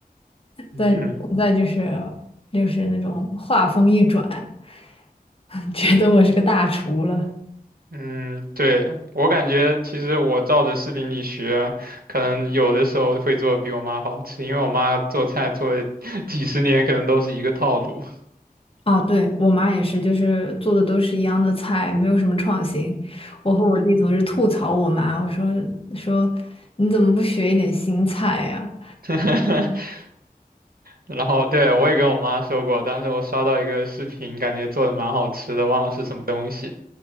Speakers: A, on the right; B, on the left.
A: 嗯
B: 但是现在就是就是那种话锋一转，<laughs> 觉得我是个大厨了。
A: 嗯，对，我感觉其实我照着视频里学，可能有的时候会做得比我妈好吃，因为我妈做菜做了 <laughs> 几十年，可能都是一个套路。
B: 啊，对，我妈也是，就是做的都是一样的菜，没有什么创新。我和我弟总是吐槽我妈，我说说你怎么不学一点新菜呀、
A: <laughs> 然后对，我也跟我妈说过，当时我刷到一个视频，感觉做的蛮好吃的，忘了是什么东西，